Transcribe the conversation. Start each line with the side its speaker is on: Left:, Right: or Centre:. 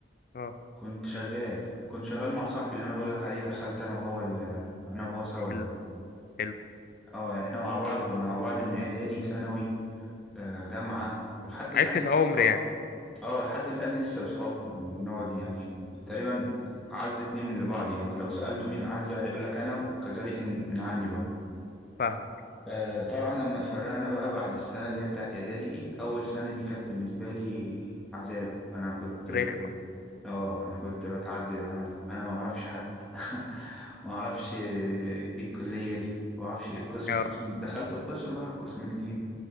Left: اه
Centre: كنت شغال كنت شغال مع صاحبي اللي انا بقول لك عليه دخلت انا وهو ال- انا وهو سوا
Left: حلو
Centre: ده
Left: حلو
Centre: اه يعني احنا مع بعض كنا مع بعض من اعدادي ثانوي آه، جامعه ولحد الان
Left: عشرة
Centre: لسه
Left: عمر
Centre: اصحاب
Left: يعني
Centre: اه لحد الان لسه اصحاب بنقعد يعني تقريبا اعز اتنين لبعض يعني لو سالته مين اعز واحد يقول لك انا وكذلك من عندي برضه
Left: فاهمك
Centre: آه طبعا لما اتفرقنا بقى بعد السنة اللي هي بتاعت إعدادي دي أول سنة دي كانت بالنسبة لي عذاب أنا كنت
Left: رخمة
Centre: آه أنا كنت بتعذب يا معلم أنا معرفش حد <laughs> معرفش إيه الكلية دي معرفش إيه القسم
Left: اه
Centre: قسم دخلت القسم بقى قسم جديد